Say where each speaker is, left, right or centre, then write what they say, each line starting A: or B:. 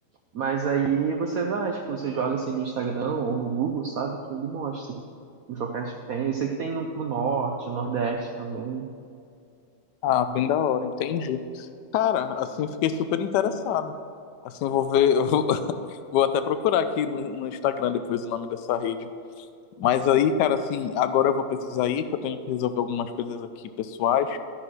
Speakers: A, on the right; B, on the left.
A: Mas aí você vai, tipo, você joga assim no Instagram ou no Google, sabe? Que ele mostra os locais que tem. Esse que tem no pro norte, nordeste também.
B: Ah, bem da hora, entendi. Cara, assim, fiquei super interessado. Assim, eu vou ver, eu vou, <laughs> vou até procurar aqui no, no Instagram depois o nome dessa rede. Mas aí, cara, assim, agora eu vou precisar ir, que eu tenho que resolver algumas coisas aqui pessoais.